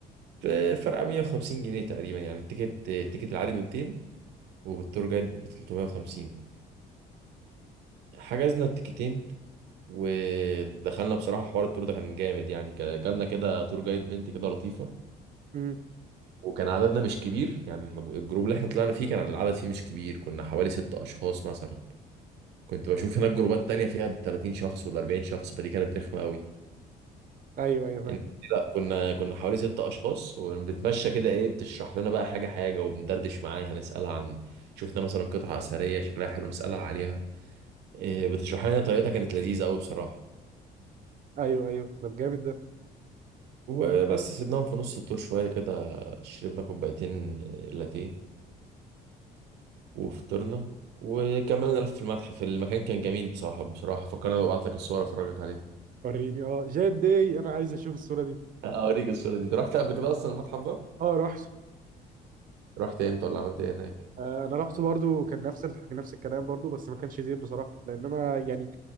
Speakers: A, on the right (about 85°); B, on the right (about 55°).
A: ف- فرق 150 جنيه تقريبا يعني التيكت التيكت العادي ب 200 وبالتور جايد ب 350 حجزنا التيكتين ودخلنا بصراحة حوار التور ده كان جامد يعني كان جالنا كده تور جايد بنت كده لطيفة
B: امم
A: وكان عددنا مش كبير يعني المج- الجروب اللي احنا طلعنا فيه كان العدد فيه مش كبير كنا حوالي ست أشخاص مثلا كنت بشوف هناك جروبات تانية فيها بالتلاتين شخص والأربعين شخص فدي كانت رخمة قوي
B: ايوه ايوه فاهم
A: إن- لا كنا كنا حوالي ست أشخاص وبنتمشى كده إيه بتشرح لنا بقى حاجة حاجة وبندردش معاها نسألها عن شفنا مثلا قطعة أثرية شكلها حلو نسألها عليها إيه بتشرح لنا طريقتها كانت لذيذة قوي بصراحة
B: ايوه ايوه ده جامد ده
A: وبس سيبناهم في نص الطور شوية كده شربنا كوبايتين لاتيه وفطرنا وكملنا لف في المتحف المكان كان جميل بصراحة بصراحة فكرنا ببعت لك الصور أفرجك عليها
B: وريني اه جاد داي انا عايز اشوف الصوره دي
A: أوريك الصورة دي أنت رحت قبل كده أصلا المتحف ده؟
B: اه رحت
A: رحت إمتى ولا عملت إيه هناك؟
B: آه، انا رحت برضو كان نفس ال... نفس الكلام برضو بس ما كانش زين بصراحه لان انا يعني